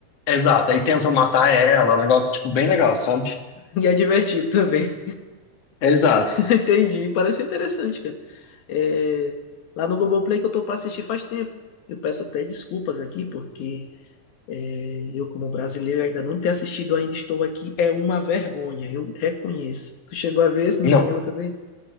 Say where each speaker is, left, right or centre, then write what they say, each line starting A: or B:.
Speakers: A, on the left (about 45°); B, on the left (about 80°).
A: exato, aí tentam matar ela, um negócio, tipo, bem legal, sabe?
B: E é divertido também.
A: Exato.
B: <laughs> Entendi. Parece interessante, cara. É, lá no Globoplay que eu tô pra assistir faz tempo. Eu peço até desculpas aqui, porque É, eu, como brasileiro, ainda não ter assistido Ainda Estou Aqui é uma vergonha, eu reconheço. Tu chegou a ver esse no
A: Não,
B: cinema também?